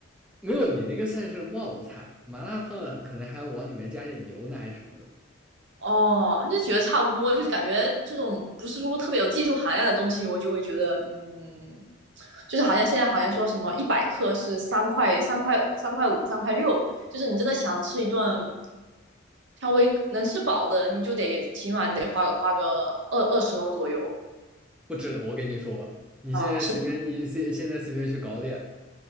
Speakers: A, in the centre; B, on the right.
A: 没有，你那个算是冒菜，麻辣烫可能还要往里面加点牛奶什么的。
B: 哦，就觉得差不多，就是感觉这种不是说特别有技术含量的东西，我就会觉得嗯，就是好像现在好像说什么一百克是三块三块三块五三块六，就是你真的想吃一顿。稍微能吃饱的，你就得起码你得花花个二二十欧左右，
A: 不止，我跟你说，你现在随便，
B: 嗯，是，
A: 你现现在随便去搞点，